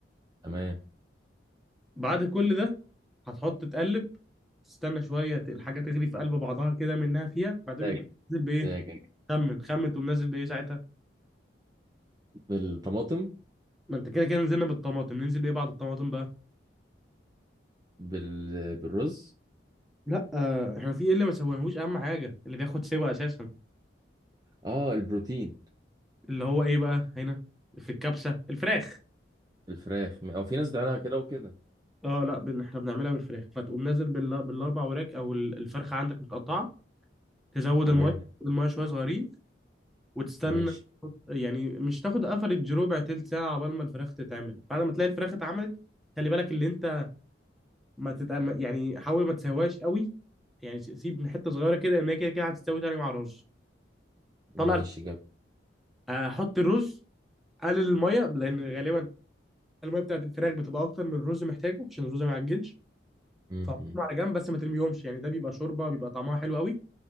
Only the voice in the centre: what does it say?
بعد كل ده هتحط تقلب تستنى شويه ت- الحاجه تغلي في قلب بعضها كده منها فيها بعدين
تقوم نازل بايه
خمن خمن تقوم نازل بايه ساعتها
ما انت كده كده نزلنا بالطماطم ننزل بايه بعد الطماطم بقى
لا آه، احنا في ايه اللي ما سويناهوش اهم حاجه اللي بياخد سوا اساسا
اللي هو ايه بقى هنا في الكبسه الفراخ
اه لا بن- احنا بنعملها بالفراخ فتقوم نازل بال... بالاربع وراك او ال- الفرخه عندك متقطعه تزود
الميه تزود الميه شويه صغيرين وتستنى
يعني مش تاخد افريج ربع تلت ساعه عقبال ما الفراخ تتعمل بعد ما تلاقي الفراخ اتعملت خلي بالك اللي انت ما تت... يعني حاول ما تسويهاش قوي يعني س- سيب حته صغيره كده ان هي كده كده هتستوي تاني مع الرز
طلع الف-
آه، حط الرز قلل الميه لان غالبا الميه بتاعت الفراخ بتبقى اكتر من الرز محتاجه عشان الرز ما يعجنش
فحطهم
على جنب بس ما ترميهمش يعني ده بيبقى شوربه بيبقى طعمها حلو قوي